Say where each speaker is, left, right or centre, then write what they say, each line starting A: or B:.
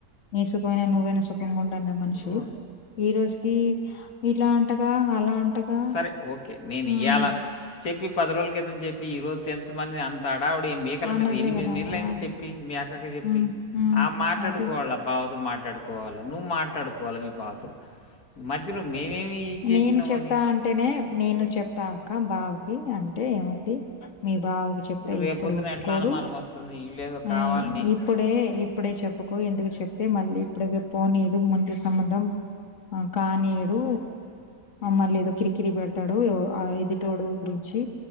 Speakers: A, on the left; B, on the left.
A: నీ సుఖమైనా నువ్వైనా సుఖంగా ఉండు ఉండన్నా మనిషి
B: ఇప్పుడు
A: ఈ రోజు ఈ ఇట్లా అంటగా అలా అంటగా
B: సరే ఓకే నేను
A: ఆ
B: ఇయలా చెప్పి పది రోజుల క్రితం చెప్పి ఈరోజు తెంచమని అంత ఆడావుడి ఏ మేకల
A: అన్నర్లే
B: మీద ఎనిమిది
A: కదా
B: నెలలు అయింది
A: ఆ
B: చెప్పి మీ అక్కకి చెప్పి
A: హ్మ్ హ్మ్
B: ఆ మాట్లాడుకో
A: అయితే
B: వాళ్ళ బావతో మాట మాట్లాడుకోవాలి నువ్వు మాట్లాడుకోవాల మీ బావతో మధ్యలో మధ్యలో మేమేమి ఇజ్ చేసినామని
A: నేను చెప్తా అంటేనే నేను చెప్తా అక్క బావకి అంటే ఏమంది మీ బావకి చెప్తే
B: రేపొద్దున
A: ఇప్పుడు ఒప్పుకోడు
B: ఎట్లా అనుమానం వస్తుంది వీళ్ళేదో కావాలని
A: ఈ ఇప్పుడే ఇప్పుడే చెప్పుకో ఎందుకు చెప్పు చెప్తే మళ్ళీ ఇప్పుడే చెప్పు నీది ముంచు సంబంధం కానీ కానీయడు మళ్ళీ ఏదో కిరికిరి పెడతాడు ఆ ఎదుటోడు గురించి